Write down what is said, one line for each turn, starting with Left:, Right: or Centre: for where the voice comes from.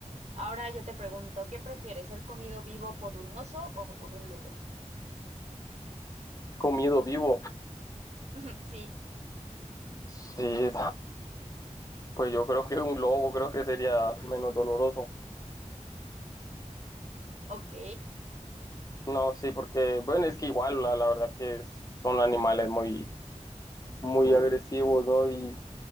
Right: ahora yo te pregunto, ¿qué prefieres, ser comido vivo por un oso o por un lobo?
Left: comido vivo.
Right: <laughs> Sí,
Left: Sí, <laughs> pues yo creo que un globo creo que sería menos doloroso.
Right: ok,
Left: No, sí, porque, bueno, es que igual, la, la verdad que es- son animales muy, muy agresivos, ¿no? Y